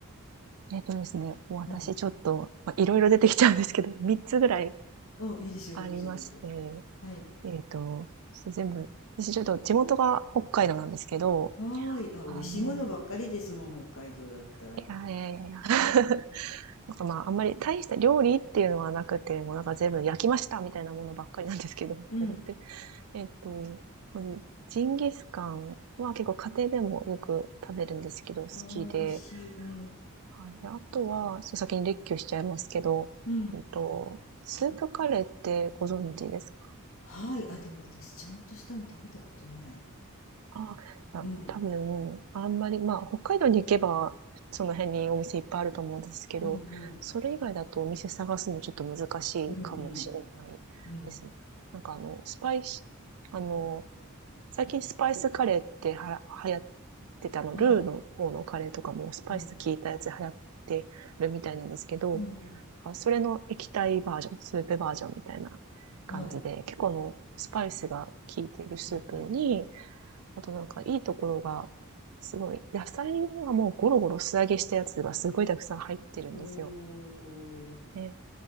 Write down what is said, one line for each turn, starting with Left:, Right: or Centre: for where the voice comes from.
Right: えっとですね、私ちょっと、
Left: うん。
Right: ま、いろいろ出てきちゃうんですけど、<laughs> 3つぐらい
Left: あ、いいですよ。
Right: ありまして、
Left: どうぞどうぞ。はい。
Right: えっと、ちょっと全部、私ちょっと地元が北海道なんですけど、
Left: はーい。あ、美味しいものばっかりですもん、
Right: あの、
Left: 北海道だったら。
Right: いやいやいやいや、
Left: うん。
Right: <laughs> なんかまあ、あんまり大した料理っていうのはなくて、もうなんか全部焼きましたみたいなものばっかりなんですけど、
Left: うん。
Right: 北海道って。えっと、ジンギスカンは結構家庭でもよく食べるんですけど、好きで、
Left: あー、美味しい。うん。
Right: はい。で、あとは、ちょ先に列挙しちゃいますけど、
Left: うん。
Right: うんと、スープカレーってご存知ですか
Left: はい。あ、でも私、ちゃんとしたの食べたことない。
Right: あ、いや、
Left: うん。
Right: 多分、あんまり、まあ、北海道に行けば、その辺にお店いっぱいあると思うんですけど、
Left: うんうん。
Right: それ以外だとお店探すのちょっと難しいかもしれないですね。
Left: うんうん。うん。
Right: なんかあの、スパイス、あの、最近スパイスカレーってはら、流行ってたあの、
Left: はい。
Right: ルーの方のカレーとかもスパイス効いたやつ流行ってるみたいなんですけど、
Left: うん、うん、うん、
Right: あそれの液体バージョン、スープバージョンみたいな
Left: はい、
Right: 感じで、結構あの、スパイスが効いてるスープに、
Left: 聞いて、
Right: あとなんかいいところが、すごい、野菜はもうゴロゴロ素揚げしたやつがすごいたくさん入ってるんですよ。
Left: えはい、おー、
Right: ね、